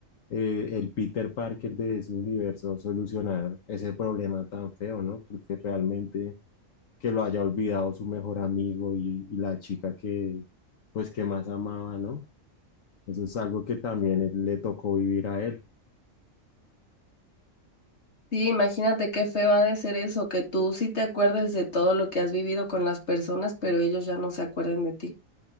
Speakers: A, on the left; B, on the left.
A: eh, el Peter Parker de su universo solucionar ese problema tan feo, ¿no? Porque realmente que lo haya olvidado su mejor amigo y, y la chica que, pues, que más amaba, ¿no? Eso es algo que también él- le tocó vivir a él.
B: Sí, imagínate qué feo ha de ser eso, que tú sí te acuerdes de todo lo que has vivido con las personas, pero ellos ya no se acuerden de ti.